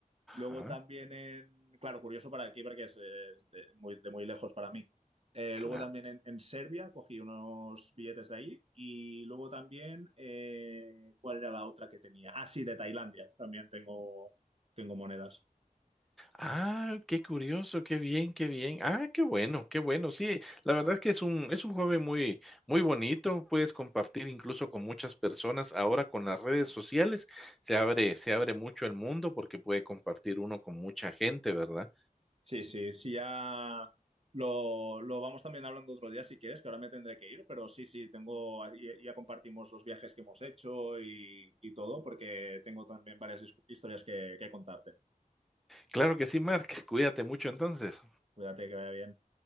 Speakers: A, on the right; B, in the centre.
A: Luego
B: ajá,
A: también en, claro, curioso para aquí porque es eh, de muy, de muy lejos para mí. Eh,
B: claro.
A: luego también en, en Serbia cogí unos billetes de ahí y luego también, eh, ¿cuál era la otra que tenía? Ah, sí, de Tailandia también tengo, tengo monedas.
B: Ah, qué curioso, qué bien, qué bien. Ah, qué bueno, qué bueno. Sí, la verdad que es un, es un hobby muy, muy bonito. Puedes compartir incluso con muchas personas. Ahora con las redes sociales se abre, se abre mucho el mundo porque puede compartir uno con mucha gente, ¿verdad?
A: Sí, sí, sí, ya lo, lo vamos también hablando otro día si quieres, que ahora me tendré que ir, pero sí, sí, tengo, ahí ya compartimos los viajes que hemos hecho y, y todo porque tengo también varias his- historias que que contarte.
B: Claro que sí, Mark. <laughs> Cuídate mucho entonces.
A: Cuídate, que vaya bien.